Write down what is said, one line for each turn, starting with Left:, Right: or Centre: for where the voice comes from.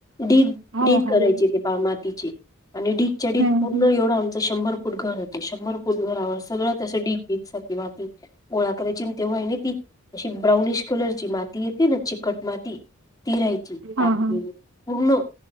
Left: ढिग
Right: हो
Left: ढिग
Right: हो
Left: करायचे
Right: हम्म
Left: ते पा मातीचे आणि डीगच्या डीग
Right: हम्म
Left: तेवढं आमचं शंभर फूट घर होत शंभर फुट घरावर सगळं तसं ढिग बीक सारख वाह गोळा करायचे तेव्हा नाही ती अशी ब्राउनिश कलरची माती येते ना चिकट माती ति राहायची
Right: हा
Left: टाकदीली
Right: हा
Left: पूर्ण